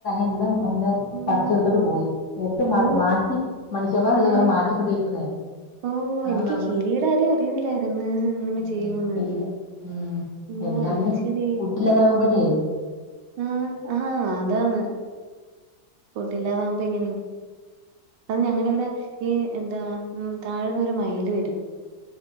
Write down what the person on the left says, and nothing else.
എല്ലാം അങ്ങനെ
പറച്ചെടുത്തിട്ട് പോയി എടുത്ത് മാ
മാറ്റി മനുഷ്യന്മാരോട് <unintelligible>
മാറ്റിക്കൊണ്ടിരിക്കുന്നേ.
അത്
നമ്മള്
ഉം
തീര് ഉം
എല്ലാത്തിനും
കൂട്ടിലതാവുമ്പോയേ